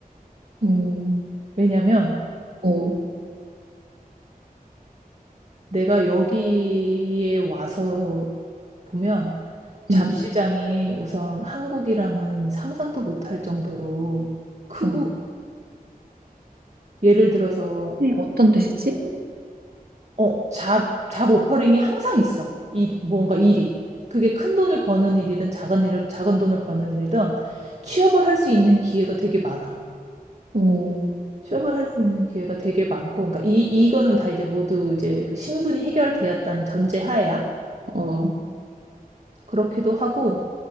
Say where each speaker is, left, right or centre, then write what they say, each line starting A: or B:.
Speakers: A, on the right; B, on the right.
A: 어,
B: 왜냐면
A: 어,
B: 내가 여기에 와서 보면 잡시장이
A: 응,
B: 우선 한국이랑은 상상도 못할 정도로 크고,
A: 어.
B: 예를 들어서
A: 네, 어떤 뜻이지?
B: 어, 잡, 잡 오퍼링이 항상 있어. 일, 뭔가 일이. 그게 큰 돈을 버는 일이든 작은 일을, 작은 돈을 버는 일이든 취업을 할 수 있는 기회가 되게 많아.
A: 어,
B: 취업을 할 수 있는 기회가 되게 많고, 그러니까 이, 이거는 다 이제 모두 이제 그 신분이 해결되었다는 전제 하에야.
A: 어,
B: 그렇기도 하고,